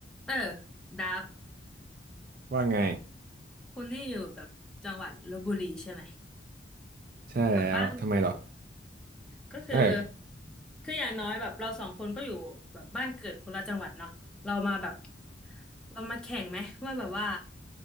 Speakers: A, in the centre; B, on the right.
A: เออดับ
B: ว่าไง
A: คุณนี่อยู่แบบจังหวัดลพบุรีใช่ไหม
B: ใช่แล้วทำไมหรอ
A: แบบบ้านเกิดก็คือ
B: เออ
A: คืออย่างน้อยแบบเราสองคนก็อยู่แบบบ้านเกิดคนละจังหวัดเนาะเรามาแบบเรามาแข่งไหมว่าแบบว่า